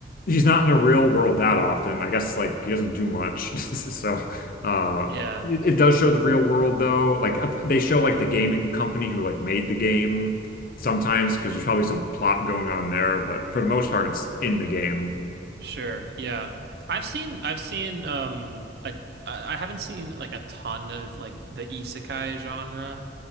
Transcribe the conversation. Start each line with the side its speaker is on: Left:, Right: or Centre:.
Left: he's not in the real world that often. I guess like he doesn't do much. <laughs> So uh
Right: Yeah.
Left: it, it does show the real world though. Like uh, they show like the gaming company who like made the game sometimes because there's probably some plot going on there, but for the most part it's in the game.
Right: Sure. Yeah. I've seen I've seen um like I I haven't seen like a ton of like the isekai genre.